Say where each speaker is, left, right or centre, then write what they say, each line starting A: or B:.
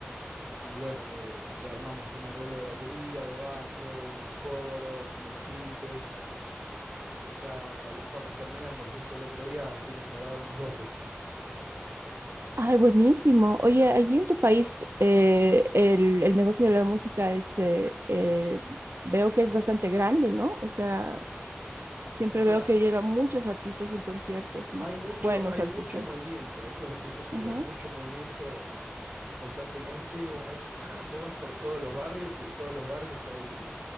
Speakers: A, on the right; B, on the right.
A: y bueno, le, le armamos un arreglo de batería, de bajo, unos coros, unos sintes y ya lo estamos terminando. Justo el otro día fuimos a grabar unas voces.
B: Ay, buenísimo. Oye, allí en tu país eh, el, el negocio de la música es, eh, eh, veo que es bastante grande, ¿no? O sea, Siempre
A: O sea,
B: veo que llegan muchos artistas en conciertos y
A: hay mucho,
B: buenos
A: hay
B: artistas.
A: mucho movimiento, eso, eso sí,
B: Ajá.
A: hay mucho movimiento constantemente. Hay, <clears throat> vos vas por todos los barrios y en todos los barrios hay